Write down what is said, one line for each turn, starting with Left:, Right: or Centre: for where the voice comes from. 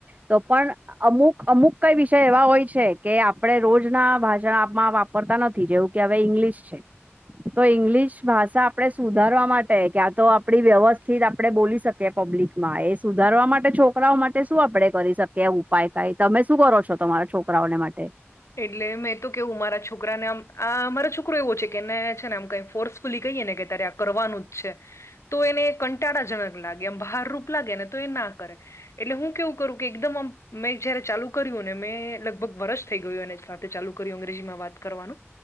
Right: તો પણ અમુક અમુક કઈ વિષય એવા હોય છે કે આપણે રોજના ભાષણ આપમાં આપ પરતા નથી જેવું કે હવે ઇંગ્લિશ છે. તો ઈંગ્લિશ ભાષા આપણે સુધારવા માટે ક્યા તો આપણી વ્યવસ્થિત આપણે બોલી શકીએ. કે પબ્લિકમાં એ સુધારવા માટે છોકરાઓ માટે શું આપણે કરી શકીએ ઉપાય કાઈક. તમે શું કરો છો તમારા છોકરાઓને માટે?
Left: એટલે મેં તો કેવું મારા છોકરાને આમ આ અમારો છોકરો એવો છે કે એને છે ને આમ કંઈ ફોર્સ ફૂલી કહીએ ને કે તારે આ કરવાનું જ છે. તો એને કંટાળાજનક લાગે એમ ભારરૂપ લાગે ને તો એ ના કરે. એટલે હું કેવું કરું કે એકદમ આમ મેં જયારે ચાલુ કર્યું ને મેં લગભગ વર્ષ થઈ ગયું એને સાથે ચાલુ કર્યું અંગ્રેજીમાં વાત કરવાનું.